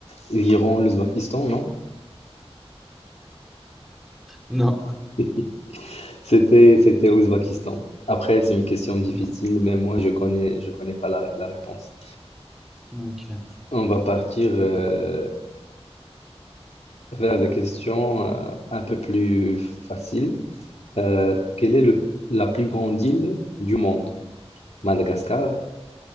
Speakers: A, on the left (about 80°); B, in the centre.
A: L'Iran, l'Ouzbakistan, non?
B: Non.
A: <laughs> C'était c'était Ouzbakistan. Après, c'est une question difficile,
B: Non.
A: mais moi je connais je connais pas la la réponse.
B: Ok.
A: On va partir, heu, vers des questions, heu, un peu plus faciles. Heu, quelle est le la plus grande île du monde? Madagascar,